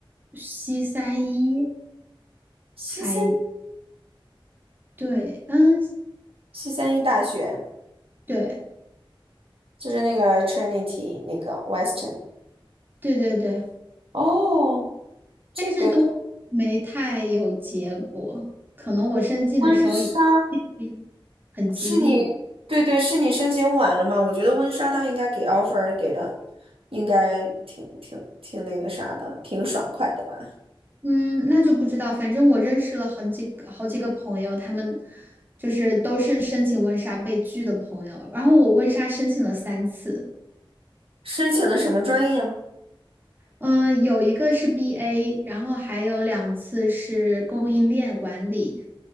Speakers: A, on the right (about 20°); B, on the right (about 80°).
A: 西三一。
B: 西三
A: 还对，嗯，
B: 西三一大学，
A: 对，
B: 就是那个 Trinity 那个 Western。
A: 对对对，
B: 哦，这个
A: 但是都没太有结果。可能我申请的时候也
B: 婚纱。
A: <clears throat> 很激烈，
B: 是你，对对，是你申请晚了嘛？我觉得温莎他应该给 offer 给的，应该挺挺挺那个啥的，挺爽快的吧？
A: 嗯，那就不知道。反正我认识了很几个好几个朋友，他们就是都是申请温莎被拒的朋友。然后我温莎申请了三次，
B: 申请的什么专业吗
A: 嗯，有一个是 BA，然后还有两次是供应链管理。